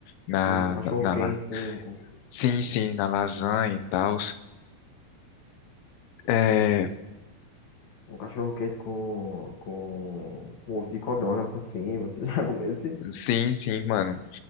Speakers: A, on the left; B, on the left.
A: na,
B: Um cachorro
A: na, na
B: quente
A: la-
B: com, com
A: sim, sim, na lasanha e tal. É,
B: um cachorro quente com, com, com ovo de codorna por cima. <laughs> Você já comeu isso
A: sim, sim, mano.